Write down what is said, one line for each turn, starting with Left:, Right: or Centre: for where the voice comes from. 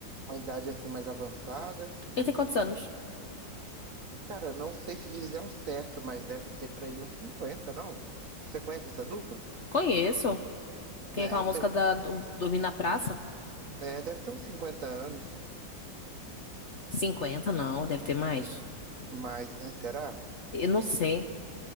Right: Uma idade assim mais avançada.
Left: Ele tem quantos anos?
Right: Cara, não sei te dizer ao certo, mas deve ter pra aí uns 50, não? Você conhece essa dupla?
Left: Conheço. Tem
Right: É,
Left: aquela
Right: então,
Left: música da do- Dormir na Praça?
Right: é, deve ter uns 50 anos,
Left: 50? não, deve ter mais.
Right: mas, né, será?
Left: Eu não sei.